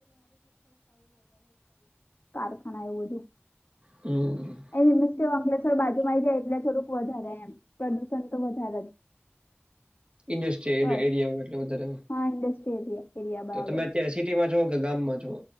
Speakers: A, on the left; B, on the right.
A: કારખાના એવું બધું
B: હમ્મ
A: એમ કે અંકલેશ્વર બાજુમાં આવી જાય એટલે થોડુંક વધારે એમ પ્રદુષણ તો વધારે જ
B: ઇન્ડસ્ટ્રીયલ
A: બસ
B: એરિયા એટલે વધારે
A: હા ઇન્ડસ્ટ્રીયલ એરિયા એરિયા બરાબર
B: તો તમે અત્યારે સિટીમાં છો કે ગામમાં છો.